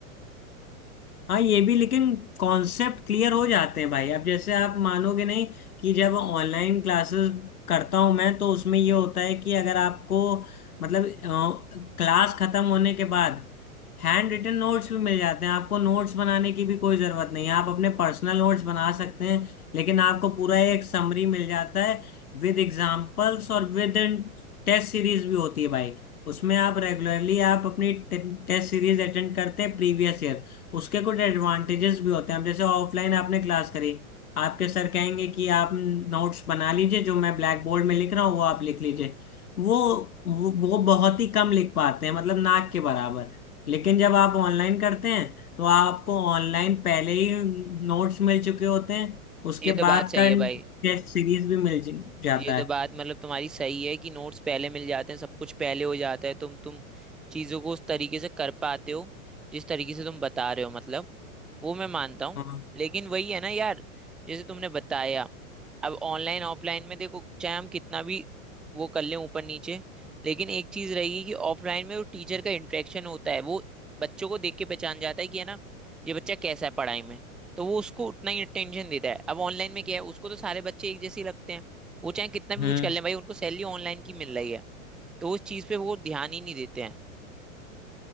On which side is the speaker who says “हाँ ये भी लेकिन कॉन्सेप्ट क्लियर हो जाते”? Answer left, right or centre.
Left